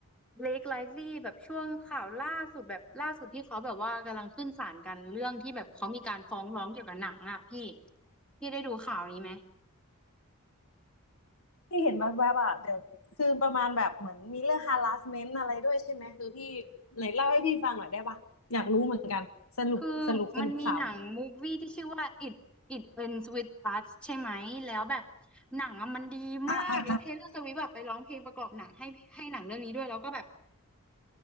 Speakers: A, in the centre; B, on the left.
A: เบล k ไลฟ์ลีแบบช่วงข่าวล่าสุดแบบล่าสุดที่เขาแบบว่ากำลังขึ้นศาลกันเรื่องที่แบบเขามีการฟ้องร้องเกี่ยวกับหนังอ่ะพี่พี่ได้ดูข่าวนี้ไหม
B: ที่เห็นแวบๆอ่ะเดี๋ยวคือประมาณแบบเหมือนมีเรื่อง harassment อะไรด้วยใช่ไหมคือพี่ไหนเล่าให้พี่ฟังหน่อยได้ปะอยากรู้เหมือนกันสรุปสรุปสรุปข่าว
A: คือมันมีหนังมูฟวี่ที่ชื่อว่า It It Ends With Us ใช่ไหมแล้วแบบหนังอะมันดีมากแล้วเทย์เลอร์สวิฟต์แบบไปร้องเพลงประกอบหนังให้ให้หนังเรื่องนี้ด้วยแล้วก็แบบ
B: อ่าอ่า